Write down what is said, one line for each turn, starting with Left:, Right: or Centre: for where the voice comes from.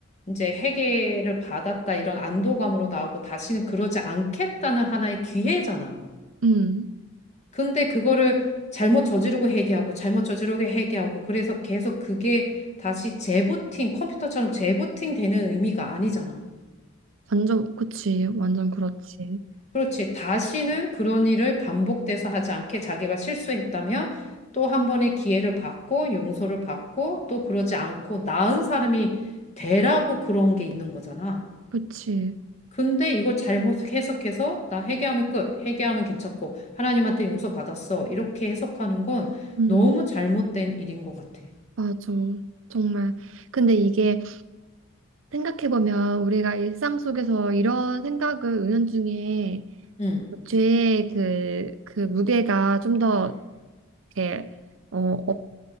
Left: 이제 회계를 받았다 이런 안도감으로 나오고 다시는 그러지 않겠다는 하나의 기회잖아.
Right: 음.
Left: 근데 그거를 잘못 저지르고 회계하고 잘못 저지르고 회계하고 그래서 계속 그게 다시 재부팅, 컴퓨터처럼 재부팅 되는 의미가 아니잖아.
Right: 완전, 그치. 완전 그렇지.
Left: 그렇지. 다시는 그런 일을 반복돼서 하지 않게 자기가 실수했다면 또 한 번의 기회를 받고 용서를 받고 또 그러지 않고 나은 사람이 되라고 그런 게 있는 거잖아.
Right: 그치.
Left: 근데 이걸 잘못 해석해서 나 회개하면 끝, 회개하면 괜찮고 하나님한테 용서 받았어. 이렇게 해석하는 건
Right: 음,
Left: 너무 잘못된 일인 것 같아.
Right: 맞아. 정말. 근데 이게 생각해보면 우리가 일상 속에서 이런 생각을 은연중에
Left: 응,
Right: 죄의 그, 그 무게가 좀 더
Left: 음.
Right: 이렇게, 어,